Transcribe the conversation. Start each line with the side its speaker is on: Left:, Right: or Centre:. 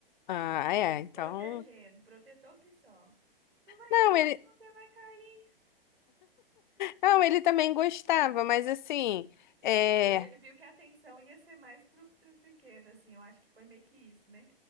Left: Ah,
Right: E,
Left: é,
Right: e
Left: então.
Right: protegendo, protetor que só. Não vai aí,
Left: Não, ele,
Right: você vai cair.
Left: Não, ele também gostava, mas assim,
Right: Ele
Left: é,
Right: viu, ele viu que a atenção ia ser mais pro, pro pequeno, assim, eu acho que foi meio que isso, né?